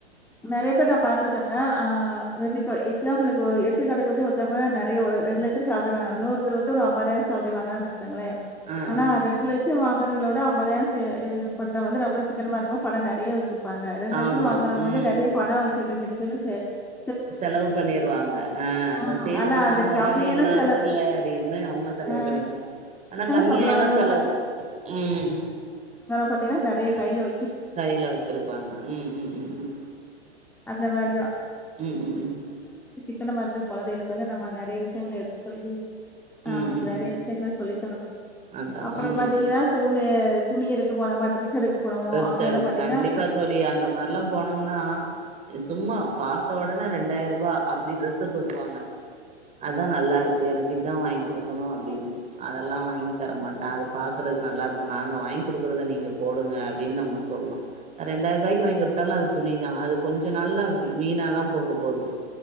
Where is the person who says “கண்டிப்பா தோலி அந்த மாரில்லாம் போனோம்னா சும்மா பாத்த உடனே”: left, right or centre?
Right